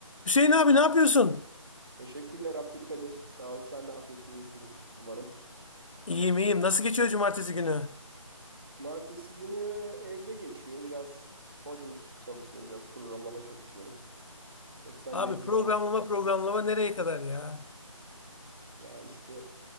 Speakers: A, on the left; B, on the right.
A: Hüseyin abi ne yapıyorsun?
B: Teşekkürler Abdülkadir. Sağ ol. Sen ne yapıyorsun? İyisindir umarım.
A: İyiyim iyiyim. Nasıl geçiyor cumartesi günü?
B: Cumartesi günü evde geçiyor. Biraz coding çalışıyorum. Biraz programlama çalışıyorum. Sosyal
A: Abi
B: medyadan
A: programlama programlama nereye kadar ya?
B: ya işte